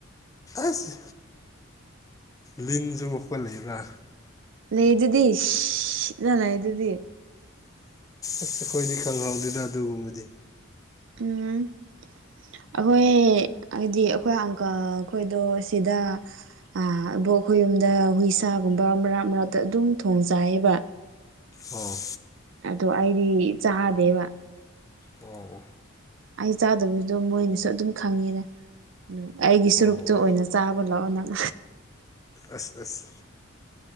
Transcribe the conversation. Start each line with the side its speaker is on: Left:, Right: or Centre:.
Left: ꯑꯁ ꯂꯤꯟꯁꯨ ꯃꯈꯣꯜ ꯂꯩꯕ꯭ꯔꯥ
Right: ꯂꯩꯗꯨꯗꯤ ꯁꯤꯁꯁꯁ ꯅ ꯂꯩꯗꯨꯗꯤ
Left: ꯑꯁ ꯑꯩꯈꯣꯏꯗꯤ ꯈꯪꯍꯧꯗꯦꯗ ꯑꯗꯨꯒꯨꯝꯕꯗꯤ
Right: ꯎꯝ ꯑꯩꯈꯣꯏ ꯍꯥꯏꯗꯤ ꯑꯩꯈꯣꯏ ꯑꯪꯀꯜ ꯈꯣꯏꯗꯣ ꯁꯤꯗ ꯑꯥ ꯑꯕꯣꯛ ꯍꯣꯏ ꯌꯨꯝꯗ ꯍꯨꯏꯁꯥꯒꯨꯝꯕ ꯃꯔꯥꯛ ꯃꯔꯥꯛꯇ ꯑꯗꯨꯝ ꯊꯣꯡꯖꯩꯌꯦꯕ
Left: ꯑꯣ
Right: ꯑꯗꯣ ꯑꯩꯗꯤ ꯆꯥꯗꯦꯕ
Left: ꯑꯣ ꯑꯣ
Right: ꯑꯩ ꯆꯥꯗꯕꯗꯣ ꯃꯣꯏꯅꯁꯨ ꯑꯗꯨꯝ ꯈꯪꯉꯦꯅ ꯎꯝ ꯑꯩꯒꯤ ꯁꯨꯔꯨꯛꯇꯣ
Left: ꯑꯣ
Right: ꯑꯣꯏꯅ ꯆꯥꯕ ꯂꯥꯛꯑꯣ ꯅꯪ
Left: ꯑꯁ ꯑꯁ